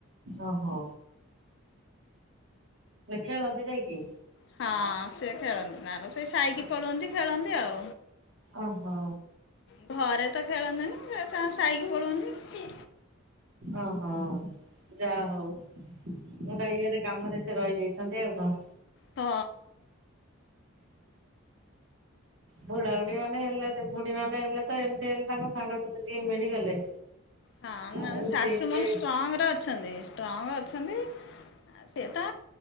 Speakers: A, on the right; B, on the left.
A: ଓ ହୋ। ଖେଳନ୍ତି ଯାଇକି।
B: ହଁ ସେ ଖେଳନ୍ତି ତାର ସେ ସାଇକି ପଳାନ୍ତି ଖେଳନ୍ତି ଆଉ।
A: ଓହୋ
B: ହୁଁ ଘରେ ତ ଖେଳନ୍ତି ନି। ସେ ତାଙ୍କ ସାଇକି ପଳାନ୍ତି।
A: ଓହୋ ଯା ହଉ ଗୋଟେ ଇଏରେ କାମରେ ସେ ରହିଯାଇଛି। ସନ୍ଧ୍ୟ ଆଉ କଆଁ?
B: ହଁ।
A: ବୁଢାବୁଢୀ ମାନେ ହେଲେ ବୁଢୀ ମାନେ ହେଲେ ତ ଏମିତି ହେଲେ ତାଙ୍କ ସାଙ୍ଗସାଥି ଟିକେ ମିଳିଗଲେ।
B: ହଁ ନ
A: ଆଉ
B: ଶାଶୁ
A: ସିଏ ଟିକେ
B: ମାନ ଷ୍ଟ୍ରଙ୍ଗ ରେ ଅଛନ୍ତି, ଷ୍ଟ୍ରଙ୍ଗ ଅଛନ୍ତି, ସେଏ ତ